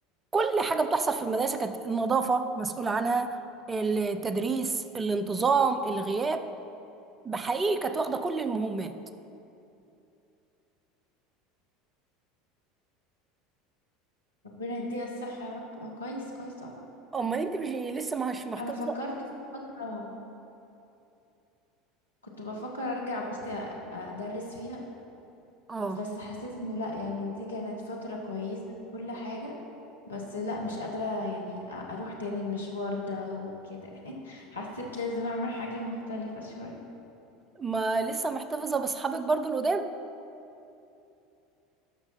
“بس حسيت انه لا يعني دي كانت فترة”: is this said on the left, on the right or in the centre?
Left